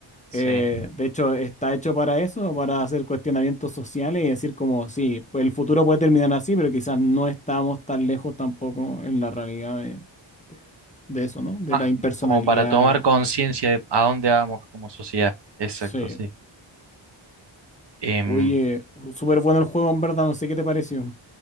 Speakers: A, on the right; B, on the left.
A: Sí.
B: eh, de hecho, está hecho para eso, para hacer cuestionamientos sociales y decir como, sí, el futuro puede terminar así, pero quizás no estamos tan lejos tampoco en la realidad de, de de eso, ¿no? De
A: Más
B: la impersonalidad,
A: como para tomar conciencia de a dónde vamos como sociedad. Exacto,
B: sí.
A: sí. Em,
B: Oye, súper bueno el juego, en verdad, no sé qué te pareció.